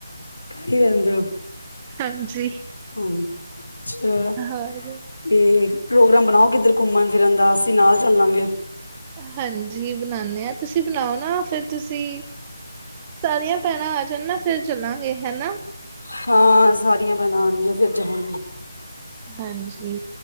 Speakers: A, on the left (about 70°); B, on the right (about 15°).
A: ਘਰ ਹੀ ਰਹਿੰਦੇ ਹੋ
B: ਹਾਂਜੀ
A: ਹਮ ਅੱਛਾ
B: ਹੋਰ
A: ਤੇ ਪ੍ਰੋਗਰਾਮ ਬਣਾਓ ਕਿੱਧਰ ਘੁੰਮਣ ਫਿਰਨ ਦਾ ਅਸੀਂ ਨਾਲ ਚੱਲਾਂਗੇ
B: ਹਾਂਜੀ ਬਣਾਦੇ ਹਾਂ ਤੁਸੀਂ ਬਣਾਓ ਨਾ ਫਿਰ ਤੁਸੀਂ ਸਾਰੀਆਂ ਭੈਣਾਂ ਆ ਜਾਣ ਨਾ ਫਿਰ ਚੱਲਾਂਗੇ ਹਨਾ
A: ਹਾਂ ਸਾਰੀਆਂ ਭੈਣਾ ਆਣਗੀਆਂ ਫਿਰ ਜਾਣਗੇ
B: ਹਾਂਜੀ